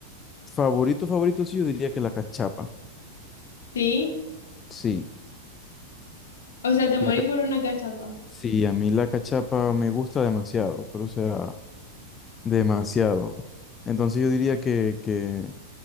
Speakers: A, on the left (about 25°); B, on the left (about 75°).
A: favorito, favorito, sí, yo diría que la cachapa,
B: Sí.
A: sí,
B: O sea, te morí
A: la, ca-
B: por una cachapa.
A: sí, a mí la cachapa me gusta demasiado, pero o sea, demasiado. Entonces yo diría que, que